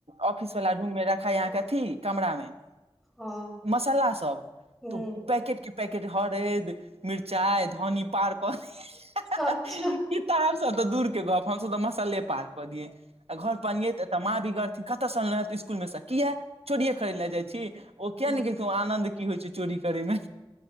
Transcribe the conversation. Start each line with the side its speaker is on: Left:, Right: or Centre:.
Right: ऑफिस वाला रूम मे रखाई यहाँ के अथी कमरा मे
Centre: हँ
Right: मसाला सब
Centre: हूँ
Right: तऽ पैकेटके पैकेट हरैद मिरचाइ धनी पार कऽ दियै
Centre: अच्छा
Right: किताब सब तऽ दूर के गप्प हमसभ तऽ मसल्ले पार कऽ दियै आ घर पर अनियेै तऽ एत माँ बिगरथिन कतय सँ अनले हें इसकुलमे सँ किए चोरीए करै लए जाइ छी ओ कियानैे
Centre: हँ
Right: गेलखिन आनन्द की होइ छै चोरी करै मे